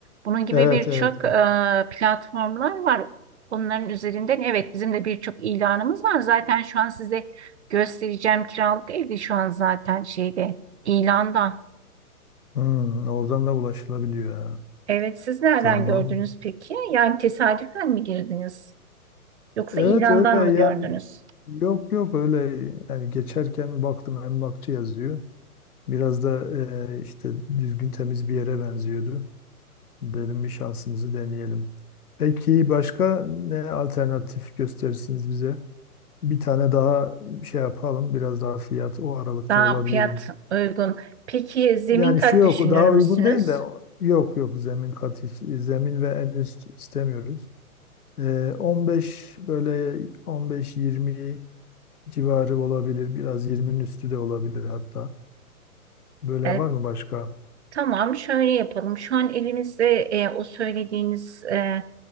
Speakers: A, on the right; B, on the left.
A: Bunun gibi
B: Evet
A: birçok
B: evet.
A: e, platformlar var. Onların üzerinden evet bizim de birçok ilanımız var. Zaten şu an size göstereceğim kiralık evde şu an zaten şeyde ilanda.
B: Hmm, oradan da ulaşılabiliyor ha.
A: Evet siz nereden
B: Tamam.
A: gördünüz peki? Yani tesadüfen mi girdiniz? Yoksa
B: Evet
A: ilandan
B: öyle
A: mı gördünüz?
B: yani yok yok öyle yani geçerken baktım emlakçı yazıyor. Biraz da e, işte düzgün temiz bir yere benziyordu. Dedim bir şansımızı deneyelim. Peki başka ne alternatif gösterirsiniz bize? Bir tane daha şey yapalım biraz daha fiyat o aralıkta
A: Daha
B: olabilir
A: fiyat
B: yine.
A: uygun. Peki zemin
B: Yani
A: kat
B: şu yok
A: düşünür
B: o daha
A: müsünüz?
B: uygun değil de o- yok yok zemin kat hiç- zemin ve en üst istemiyoruz. E, 15 böyle 15-20 civarı olabilir. Biraz 20'nin üstü de olabilir hatta. Böyle
A: E,
B: var mı başka?
A: tamam şöyle yapalım. Şu an elimizde e, o söylediğiniz e,